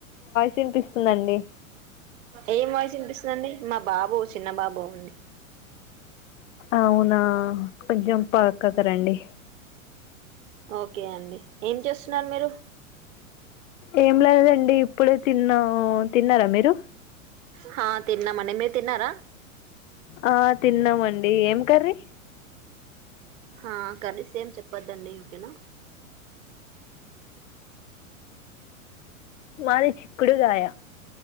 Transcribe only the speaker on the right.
ఏం వాయిసు ఇనిపిస్తుందండి మా బాబు చిన్న బాబు అండి
ఓకే అండి ఏం చేస్తున్నారు మీరు
హా తిన్నామండి మీరు తిన్నారా
ఆ కానీ సేమ్ చెప్ పదండి ఓకేనా